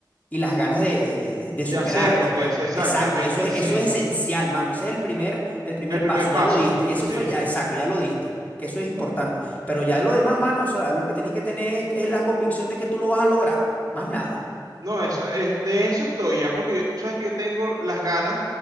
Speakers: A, on the left; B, on the right.
A: y las ganas de, de, de- de- de
B: De
A: superarte,
B: hacerlo, pues,
A: pues.
B: exactamente,
A: Exacto, eso es,
B: sí.
A: eso es esencial, mano. Ese es el primer, el primer
B: El primer
A: paso,
B: paso,
A: ya lo diste. Eso
B: sí.
A: fue ya, exacto, ya lo diste, que eso es importante. Pero ya de lo demás, mano, o sea, lo que tienes que tener es es la convicción de que tú lo vas a lograr, más nada.
B: No, eso es, de eso estoy ya, porque yo, tú sabes que yo tengo las ganas